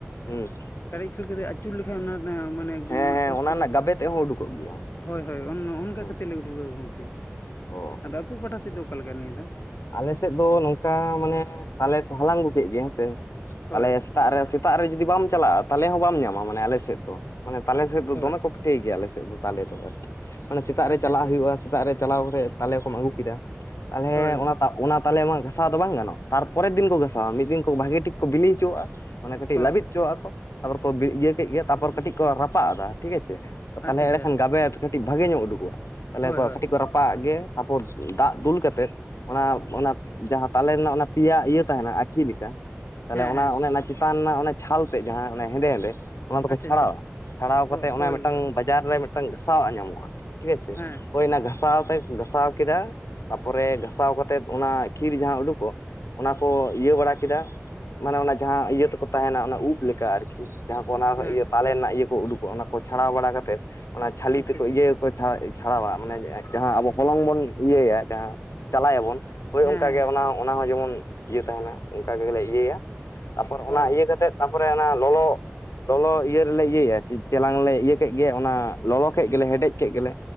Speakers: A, on the left (about 85°); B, on the left (about 50°).
A: ᱦᱩᱸ
B: ᱠᱟᱰᱮᱡ ᱠᱷᱟᱹᱲ ᱠᱟᱛᱮ ᱟᱹᱪᱩᱨ ᱞᱮᱠᱷᱟᱡ ᱚᱱᱟ ᱨᱮᱱᱟᱜ ᱢᱟᱱᱮ ᱮ
A: ᱦᱮᱸ
B: ᱚᱱᱟ
A: ᱦᱮᱸ
B: ᱥᱚᱝᱠ
A: ᱨᱮᱱᱟᱜ ᱜᱟᱵᱮ ᱛᱮᱫ ᱦᱚᱸ ᱩᱰᱩᱠᱚᱜ ᱜᱮᱭᱟ
B: <unintelligible> ᱦᱳᱭ ᱦᱳᱭ ᱚᱱᱠᱟ
A: ᱦᱩᱸ
B: ᱠᱷᱟᱹᱛᱤᱨ ᱩᱵᱷᱟᱣᱟᱹ ᱜᱚᱝᱠᱮ,
A: ᱚ
B: ᱟᱫᱚ ᱟᱯᱮ ᱯᱟᱦᱴᱟ ᱥᱮᱫ ᱫᱚ ᱚᱠᱟ ᱞᱮᱠᱟ ᱱᱤᱭᱟᱹ ᱫᱚ
A: ᱟᱞᱮ ᱥᱮᱫ ᱫᱚ ᱱᱚᱝᱠᱟ ᱢᱟᱱᱮ ᱛᱟᱞᱮ ᱠᱚ ᱦᱟᱞᱟᱝ ᱟᱹᱜᱩ ᱠᱮᱫ ᱜᱮ ᱦᱮᱸ ᱥᱮ᱾
B: ᱦᱳᱭ
A: ᱛᱟᱞᱮ ᱥᱮᱛᱟᱜ ᱨᱮ, ᱥᱮᱛᱟᱜ ᱨᱮ ᱡᱩᱫᱤ ᱵᱟᱢ ᱪᱟᱞᱟᱜᱼᱟ ᱛᱟᱞᱮ ᱦᱚᱸ ᱵᱟᱢ ᱧᱟᱢᱟ᱾ ᱢᱟᱱᱮ ᱟᱞᱮ ᱥᱮᱫ ᱫᱚ, ᱢᱟᱱᱮ ᱟᱞᱮ ᱥᱮᱫ ᱫᱚᱢᱮ
B: ᱦᱳᱭ
A: ᱠᱚ ᱴᱷᱤᱠ ᱜᱮᱭᱟ ᱟᱞᱮ ᱥᱮᱫ ᱫᱚ ᱛᱟᱞᱮ ᱫᱚ ᱟᱨ ᱠᱤ ᱾ ᱢᱟᱱᱮ ᱥᱮᱛᱟᱜ ᱨᱮ
B: ᱟᱪᱪᱷᱟ
A: ᱪᱟᱞᱟᱜ
B: ᱟᱪᱪᱷᱟ
A: ᱦᱳᱭᱳᱜᱼᱟ᱾ ᱥᱮᱛᱟᱜ ᱨᱮ ᱪᱟᱞᱟᱣ ᱠᱟᱛᱮ ᱛᱟᱞᱮ ᱠᱚᱢ ᱟᱹᱜᱩ ᱠᱮᱫᱟ᱾ ᱛᱟᱞᱦᱮ
B: ᱦᱳᱭ
A: ᱚᱱᱟ ᱛᱟᱜ ᱚᱱᱟ ᱛᱟᱞᱮ ᱢᱟ ᱜᱷᱟᱥᱟᱣ ᱫᱚ ᱵᱟᱝ ᱜᱟᱱᱚᱜ᱾ ᱛᱟᱨᱯᱚᱨᱮᱨ ᱫᱤᱱ ᱠᱚ ᱜᱷᱟᱥᱟᱣᱟ ᱢᱤᱫ ᱫᱤᱱ ᱠᱚ ᱵᱷᱟᱜᱮ ᱴᱷᱤᱠ ᱠᱚ ᱵᱤᱞᱤ ᱦᱚᱪᱚᱣᱟᱜᱼᱟ᱾ ᱢᱟᱱᱮ ᱠᱟᱹᱴᱤᱡ
B: ᱦᱳᱭ
A: ᱞᱟᱹᱵᱤᱫ ᱦᱚᱪᱚᱣᱟᱜᱼᱟ ᱠᱚ ᱾ᱛᱟᱨᱯᱚᱨ ᱠᱚ ᱤᱭᱟᱹ ᱠᱮᱫ ᱜᱮ, ᱛᱟᱨᱯᱚᱨ ᱠᱟᱹᱴᱤᱡ ᱠᱚ ᱨᱟᱯᱟᱜ ᱟᱫᱟ ᱴᱷᱤᱠ ᱟᱪᱷᱮ᱾ ᱛᱟᱦᱚᱞᱮ
B: ᱟᱪᱪᱷᱟ ᱟᱪᱪᱷᱟ
A: ᱮᱲᱮ ᱠᱷᱟᱱ ᱜᱟᱵᱮ ᱠᱟᱹᱴᱤᱡ ᱵᱷᱟᱜᱮ ᱧᱚᱜ ᱩᱰᱩᱠᱚᱜᱼᱟ᱾ ᱛᱟᱦᱚᱞᱮ
B: ᱦᱳᱭ
A: ᱠᱷᱚᱡ
B: ᱦᱳᱭ
A: ᱨᱟᱯᱟᱜᱼᱟᱜ ᱜᱮ ᱛᱟᱯᱚᱨ ᱫᱟᱜ ᱫᱩᱞ ᱠᱟᱛᱮ ᱮᱫ᱾ ᱚᱱᱟ, ᱚᱱᱟ ᱡᱟᱦᱟᱸ ᱛᱟᱞᱮ ᱨᱮᱱᱟᱜ ᱚᱱᱟ ᱯᱮᱭᱟ ᱤᱭᱟᱹ ᱛᱟᱦᱮᱱᱟ ᱟᱹᱠᱷᱤ ᱞᱮᱠᱟ᱾ ᱛᱟᱦᱚᱞᱮ
B: ᱦᱮᱸ
A: ᱚᱱᱟ,
B: ᱦᱮᱸ
A: ᱚᱱᱮ ᱚᱱᱟ ᱪᱮᱛᱟᱱ ᱨᱮᱱᱟᱜ ᱚᱱᱟ ᱪᱷᱟᱞ ᱛᱮ ᱡᱟᱦᱟᱸ ᱚᱱᱮ ᱦᱮᱸᱫᱮ ᱦᱮᱸᱫᱮ ᱚᱱᱟ ᱫᱚᱠᱚ
B: ᱟᱪᱪᱷᱟ
A: ᱪᱷᱟᱲᱟᱣᱼᱟ᱾
B: ᱟᱪᱪᱷᱟ
A: ᱪᱷᱟᱲᱟᱣ ᱠᱟᱛᱮ
B: ᱦᱳᱭ
A: ᱚᱱᱮ ᱢᱮᱫᱴᱟᱝ
B: ᱦᱳᱭ
A: ᱵᱟᱼᱼ ᱵᱟᱡᱟᱨ ᱨᱮ ᱢᱮᱫᱴᱟᱝ ᱜᱷᱟᱥᱟᱣᱟᱜ ᱧᱟᱢᱚᱜᱼᱟ᱾ ᱴᱷᱤᱠ ᱟᱪᱷᱮ
B: ᱦᱮᱸ
A: ᱦᱳᱭ ᱚᱱᱟ ᱜᱷᱟᱥᱪ ᱜᱷᱟᱥᱟᱣ ᱛᱮ ᱜᱷᱟᱥᱟᱣ ᱠᱮᱫᱟ᱾ ᱛᱟᱯᱚᱨᱮ ᱜᱷᱟᱥᱟᱣ ᱠᱟᱛᱮ ᱚᱱᱟ ᱠᱷᱤᱨ ᱡᱟᱦᱟᱸ ᱩᱰᱩᱠᱚᱜ᱾ ᱚᱱᱟ ᱠᱚ ᱤᱭᱟᱹ ᱵᱟᱲᱟ ᱠᱮᱫᱟ ᱾ ᱢᱟᱱᱮ ᱚᱱᱟ ᱡᱟᱦᱟᱸ ᱤᱭᱟᱹ ᱛᱮᱠᱚ ᱛᱟᱦᱮᱱᱟ ᱚᱱᱟ ᱩᱵ ᱞᱮᱠᱟ ᱟᱨ ᱠᱤ᱾ ᱡᱟᱦᱟᱸ ᱠᱚ ᱚᱱᱟ
B: ᱦᱮᱸ
A: ᱤᱭᱟᱹ ᱛᱟᱞᱮ ᱨᱮᱱᱟᱜ ᱤᱭᱟᱹ ᱠᱚ ᱩᱰᱩᱠᱚᱜᱼᱟ᱾ ᱚᱱᱟ ᱠᱚ ᱪᱷᱟᱲᱟᱣ ᱵᱟᱲᱟ ᱠᱟᱛᱮ ᱮᱫ, ᱚᱱᱟ ᱪᱷᱟᱹᱞᱤ
B: ᱟᱪᱪᱷᱟ
A: ᱛᱮᱠᱚ
B: ᱟᱪᱪᱷᱟ
A: ᱤᱭᱟᱹ ᱦᱚᱭ ᱪᱷᱟᱲᱟᱣᱼᱟ ᱢᱟᱱᱮ ᱡᱟᱦᱟᱸ ᱟᱵᱚ ᱦᱚᱞᱚᱝ ᱵᱚᱱ ᱤᱭᱟᱹᱭᱼᱟ ᱡᱟᱦᱟᱸ ᱪᱟᱞᱟᱭ ᱟᱵᱚᱱ ᱦᱳᱭ ᱚᱱᱠᱟ
B: ᱦᱮᱸ ᱦᱮᱸ
A: ᱜᱮ
B: ᱦᱮᱸ
A: ᱚᱱᱟ, ᱚᱱᱟ ᱦᱚᱸ ᱡᱮᱢᱚᱱ ᱤᱭᱟᱹ ᱛᱟᱦᱮᱱᱟ ᱾ ᱚᱱᱠᱟ ᱜᱮᱞᱮ ᱤᱭᱟᱹᱭᱟ ᱛᱟᱯᱚᱨ ᱚᱱᱟ
B: ᱦᱳᱭ
A: ᱤᱭᱟᱹ ᱠᱟᱛᱮ ᱮᱫ ᱛᱟᱯᱚᱨᱮ ᱚᱱᱟ ᱞᱚᱞᱚ ᱞᱚᱞᱚ ᱤᱭᱟᱹ ᱨᱮᱞᱮ ᱤᱭᱟᱹᱭᱼᱟ, ᱪᱮᱞᱟᱝ ᱞᱮ ᱤᱭᱟᱹ ᱠᱮᱜ ᱜᱮ ᱚᱱᱟ ᱞᱚᱞᱚ ᱠᱮᱜ ᱜᱮᱞᱮ, ᱦᱮᱰᱮᱡ ᱠᱮᱜ ᱜᱮᱞᱮ᱾